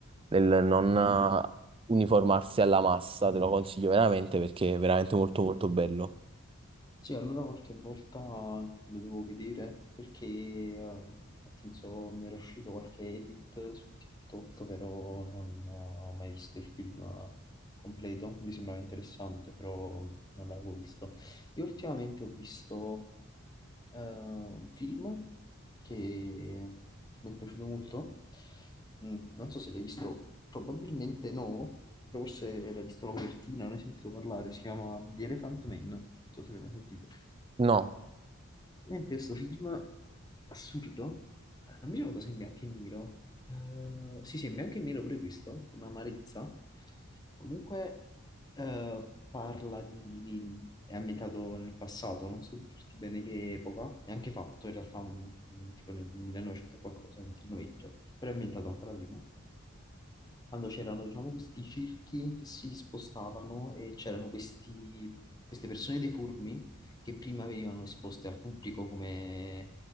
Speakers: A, on the right; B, on the left.
A: nel non eh, uniformarsi alla massa, te lo consiglio veramente perché è veramente molto molto bello.
B: Sì, allora qualche volta lo devo vedere perché, eh, nel senso, mi era uscito qualche edit su TikTok, però non ho mai visto il film completo. Mi sembrava interessante, però non l'avevo visto. Io ultimamente ho visto eh, un film che mi è piaciuto molto. Mm, Non so se l'hai visto, probabilmente no, però forse l'hai visto la copertina, non hai sentito parlare. Si chiama The Elephant Man. Non so se l'hai mai sentito.
A: No.
B: Niente, questo film assurdo, eh, non mi ricordo se è in bianco e nero, Eh, sì sì, è in bianco e nero pure questo, un'amarezza, comunque eh, parla di, è ambientato nel passato, non so dirti bene che epoca, è anche fatto in realtà un- un tipo nel 1900 e qualcosa, è un film vecchio, però è ambientato ancora prima, quando c'erano diciamo questi circhi che si spostavano e c'erano questi, queste persone deformi che prima venivano esposte al pubblico come